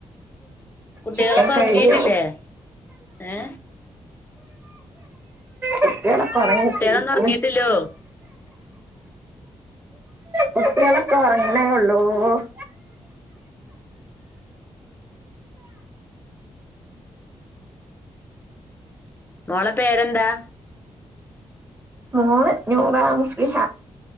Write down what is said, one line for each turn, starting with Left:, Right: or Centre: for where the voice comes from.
Left: കുട്ടികളൊക്കെ
Right: ചിക്കൻ കഴുകിയോ
Left: ഒറങ്ങീട്ടില്ലേ ഏ
Right: കുട്ടികളൊക്കെ ഒറങ്ങി
Left: കുട്ടികളൊന്നും
Right: എണീക്കിണ്
Left: ഒറങ്ങീട്ടില്ലോ
Right: കുട്ടികളൊക്കെ ഒറങ്ങണേ ഉള്ളൂ <inaudible>
Left: മോളെ പേരെന്താ
Right: മോള് നൂറ മഫ്ലിഫ